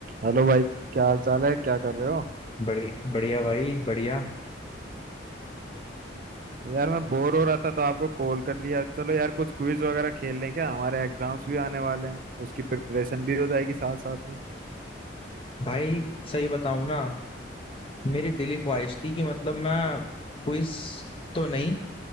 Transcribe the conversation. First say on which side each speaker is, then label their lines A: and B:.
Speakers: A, on the right; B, on the left.
A: Hello भाई क्या हाल चाल है क्या कर रहे हो
B: बड़ी बढ़िया भाई बढ़िया
A: यार मैं बोर हो रहा था तो आपको कॉल कर लिया चलो यार कुछ क्विज वगैरह खेल लें क्या हमारे एग्जाम्स भी आने वाले हैं उसकी प्रिपरेशन भी हो जाएगी साथ साथ में
B: भाई सही बताऊं ना मेरी दिली ख्वाहिश थी कि मतलब मैं क्विज तो नहीं